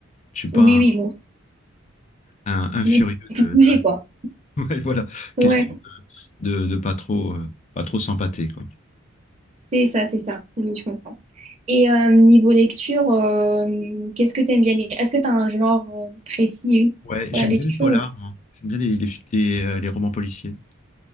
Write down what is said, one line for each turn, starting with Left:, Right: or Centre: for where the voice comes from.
Left: Je suis pas
Right: Oui
Left: un,
Right: oui bon.
Left: un- un furieux
Right: Oui pour
Left: de,
Right: bouger
Left: de la <laughs> salle.
Right: quoi.
Left: Ouais, voilà,
Right: Ouais
Left: question de, de pas trop, euh, pas trop s'empâter, quoi.
Right: c'est ça c'est ça. Oui je comprends. Et euh, niveau lecture euh, qu'est-ce que t'aimes bien lire? Est-ce que t'as un genre euh, précis
Left: Ouais,
Right: pour
Left: j'aime
Right: la lecture?
Left: bien les polars,
Right: ou-
Left: moi. J'aime bien les, les, les, euh, les romans policiers.